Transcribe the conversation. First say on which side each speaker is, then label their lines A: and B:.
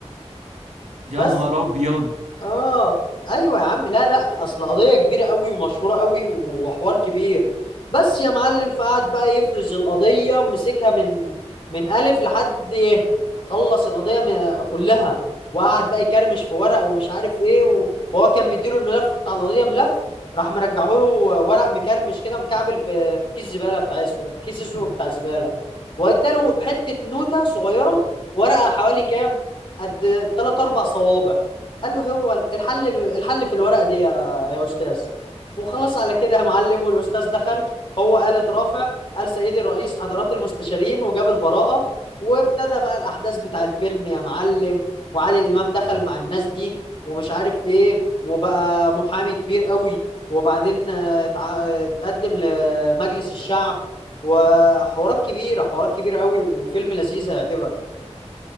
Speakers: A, on the right; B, on the left.
A: يا
B: بس
A: نهار ابيض
B: اه ايوه يا عم لا لا اصل قضيه كبيره قوي ومشهوره قوي وحوار كبير بس يا معلم فقعد بقى يفرز القضيه مسكها من من الف لحد يه. خلص القضيه م- كلها وقعد بقى يكرمش في ورق ومش عارف ايه و- وهو كان مديله الملف بتاع القضيه ملف راح مرجعه له ورق مكرمش كده مكعبل في في كيس زباله بتاع اسود في كيس
A: <laughs>
B: اسود بتاع زباله واداله حته نوته صغيره ورقه حوالي كام قد 3 4 صوابع قال له هو الحل الحل في الورقه دي يا يا استاذ وخلص على كده يا معلم والاستاذ دخل هو قال اترافع قال سيدي الرئيس حضرات المستشارين وجاب البراءه وابتدى بقى الاحداث بتاع الفيلم يا معلم وعادل امام دخل مع الناس دي ومش عارف ايه وبقى محامي كبير قوي وبعدين آه، اتع- آه، اتقدم لمجلس الشعب وحوارات كبيره حوارات كبيره قوي وفيلم لذيذ هيعجبك